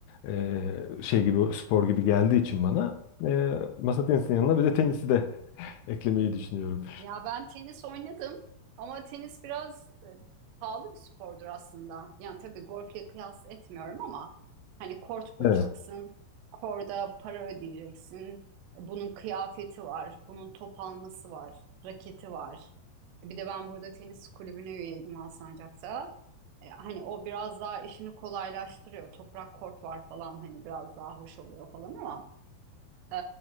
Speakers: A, on the left; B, on the right.
A: e, şey gibi spor gibi geldiği için bana e, masa tenisinin yanına bir de tenisi de Eklemeyi düşünüyorum.
B: Ya ben tenis oynadım ama tenis biraz e, pahalı bir spordur aslında. Yani tabii golfle kıyas etmiyorum ama hani kort bulacaksın,
A: Evet.
B: korda para ödeyeceksin. E, Bunun kıyafeti var, bunun top alması var, raketi var. E, Bir de ben burada tenis kulübüne üyeydim Alsancak'ta. E, hani o biraz daha işini kolaylaştırıyor. Toprak kort var falan hani biraz daha hoş oluyor falan ama. Ee,